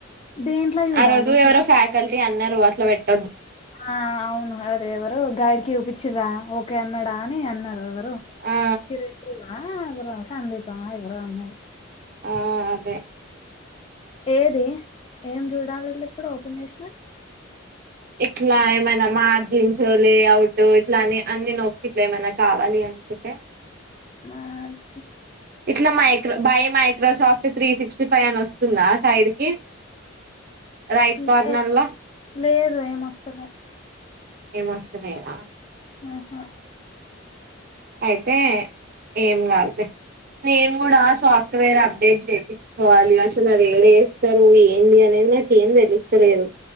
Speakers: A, on the left (about 30°); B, on the right (about 50°).
A: దేంట్లో చూడాలి?
B: ఆ రోజు ఎవరో ఫ్యాకల్టీ ది అన్నారు అట్లా పెట్
A: ఆ అవును అదేవ గైడికి చూపించరా ఓకే అన్నాడా అని అన్నారు
B: ఆ
A: హిర ఆ అదర సందీపాా ఎవరో అన్నారుారు
B: ఆ అదే
A: ఏది ఏం చూడాలి ఇప్పుడు ఓపెన్ చేసిన
B: ఇట్లా ఏమైనా మార్జిన్స్ లేఅవుట్ ఇట్లాని అన్ని నొక్ ఇట్లా ఏమైనా కావాలి అనుకుంటే
A: మాజ
B: ఇట్లా మైకా బయ Microsoft three sixty five అని వస్తుందా సైడ్ కి రైట్ కార్నర్లా
A: లే లేదు ఏం రావట్లే
B: ఏం వస్తలేదా
A: ఆహా
B: అయితే ఏం కాదులే నేను కూడా ఆ సాఫ్ట్వేర్ అబ్ చెప్పిచ్చు కోవాలి అసలు అది యెడ చేస్తారో స్తారు ఏంది అనేది నాక ఏం తెలుస్తలేదు